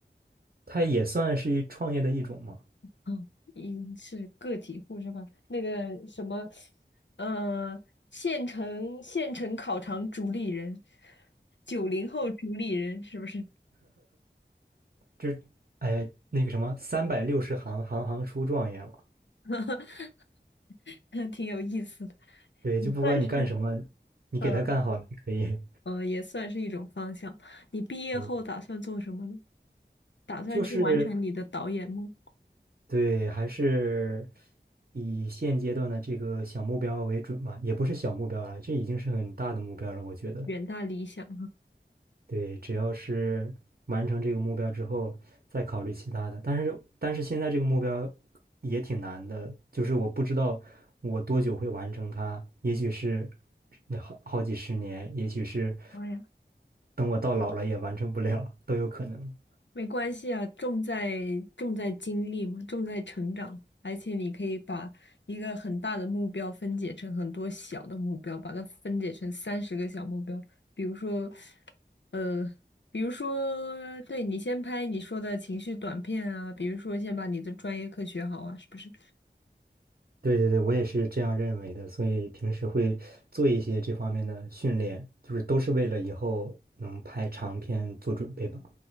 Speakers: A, on the right; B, on the left.
A: 它也算是一创业的一种嘛，
B: 嗯，一是个体户是吧？那个什么，呃，县城县城烤肠主理人，九零后主理人是不是？
A: 就是哎那个什么三百六十行，行行出状元嘛，
B: <laughs> 挺有意思的，
A: 对，就不管你干什么，
B: 算是
A: 你给他干好了就可以。
B: 呃呃，也算是一种方向。你毕业后打算做什么呢？
A: 嗯
B: 打算去完成你的导演梦，
A: 就是对，还是以现阶段的这个小目标为准吧，也不是小目标了，这已经是很大的目标了，我觉得。
B: 远大理想。
A: 对，只要是完成这个目标之后，再考虑其他的。但是，但是现在这个目标也挺难的，就是我不知道我多久会完成它，也许是呃好好几十年，也许是
B: 妈呀！
A: 等我到老了也完成不了，都有可能。
B: 没关系啊，重在重在经历嘛，重在成长，而且你可以把一个很大的目标分解成很多小的目标，把它分解成三十个小目标。比如说，呃，比如说，对，你先拍你说的情绪短片啊，比如说先把你的专业课学好啊，是不是？
A: 对对对，我也是这样认为的，所以平时会做一些这方面的训练，就是都是为了以后能拍长片做准备吧。